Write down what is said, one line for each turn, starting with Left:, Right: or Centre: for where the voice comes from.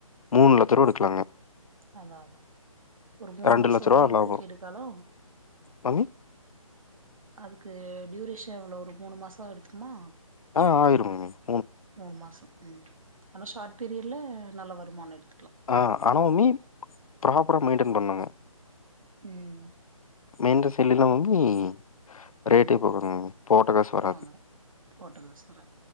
Left: மூணு லட்சருவா எடுக்கலாங்க
Right: அதான் அதான் ஒரு மூணு
Left: ரெண்டு
Right: மாசம்
Left: லட்ச
Right: வருமா
Left: ரூவா
Right: அதுக்கு
Left: லாபோ
Right: கேடுக்காலோ
Left: மாமி
Right: அதுக்கு டியூரேஷன் எவ்ளோ ஒரு மூணு மாசம் எடுத்துக்குமா
Left: ஆஹ் ஆயிரு <unintelligible>
Right: மூணு மாசம் உம் ஆனா ஷார்ட் பீரியட் ல நல்ல வருமானம் எடுத்து
Left: ஆஹ் ஆன <unintelligible> ப்ராப்பரா மெயின்டென் பண்ணுங்க
Right: உம்
Left: மெயண்ட <unintelligible> ரேட்டே
Right: ம்
Left: போ <unintelligible> போட்டகாஸ்வராது
Right: ஆமா போட்டுங்க